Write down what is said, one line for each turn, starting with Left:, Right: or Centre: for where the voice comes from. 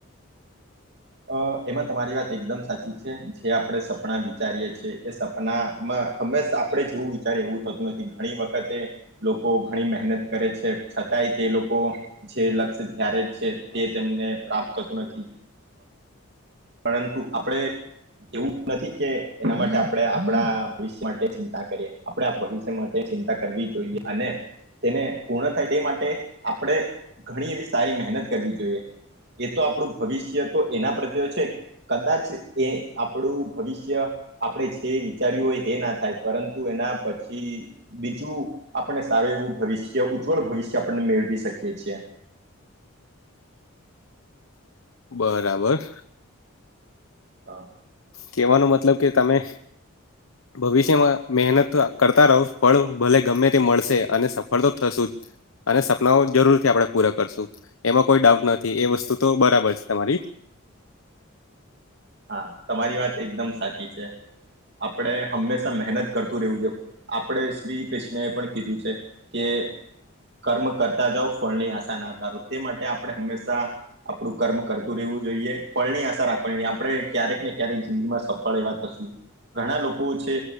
Right: અ એમાં તમારી વાત એકદમ સાચી છે જે આપણે સપણા વિચારીએ છે એ સપના હંમેશા આપણે જેવું વિચારિયે એવું થતું નથી ઘણી વખતે લોકો ઘણી મહેનત કરે છે છતાંય તે લોકો જે લક્ષ્ય ધ્યારે છે તે તેમને પ્રાપ્ત થતું નથી પરંતુ આપણે એવું નથી કે એના માટે આપણે આપણા ભવિષ્ય માટે ચિંતા કરીએ આપડણે આ ભવિષ્ય માટે ચિંતા કરવી જોઈએ અને તેને પૂર્ણ થાય તે માટે આપણે ઘણી એવી સારી મહેનત કરવી જોઈએ એ તો આપણું ભવિષ્ય તો એના પ્રત્ય છે કદાચ્ચ એ આપણું ભવિષ્ય આપણે જે વિચાર્યું હોય એ ના થાય પરંતુ એના પછી બીજું આપણને સારું એવું ભવિષ્ય ઉજ્જવળ ભવિષ્ય આપણને મેળવી શકીએ છીએ
Left: બરાબર
Right: હા
Left: કેહવાનો મતલબ કે તમે ભવિષ્યમાં મહેનત કરતા રહો ફળ ભલે ગમે તે મળસે અને સફળ તો થસુ જ અને સપનાઓ જરૂરથી આપણે પૂરા કરસું એમાં કોઈ ડાઉટ નથી એ વસ્તુ તો બરાબર સે તમારી
Right: હા તમારી વાત એકદમ સાચી છે આપડે હંમેશા મહેનત કરતું રહેવું જો આપડે શ્રી કૃષ્ણ એ પણ કીધું છે કે કર્મ કરતા જઓ ફળની આસા ના કરો તે માટે આપણે હંમેસા આપડું કર્મ કરતું રહેવું જોઈએ ફળ ની આસા રાખવાની નઈ આપણે ક્યારેક ને ક્યારેક જિંદગીમાં સફળ એવા થસુ ઘણા લોકો છે